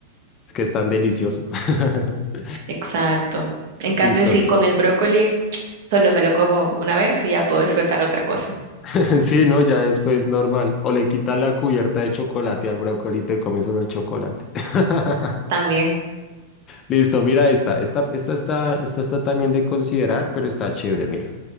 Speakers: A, on the left (about 25°); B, on the right (about 60°).
A: Es que es tan delicioso. <laughs>
B: Exacto. En cambio,
A: Listo.
B: sí, con el brócoli solo me lo como una vez y ya puedo disfrutar otra cosa
A: <laughs> Sí, no, ya después normal. O le quitas la cubierta de chocolate al brócoli y te comes solo el chocolate. <laughs>
B: también.
A: Listo, mira esta. Esta, esta está, esta está también de considerar, pero está chévere, mira.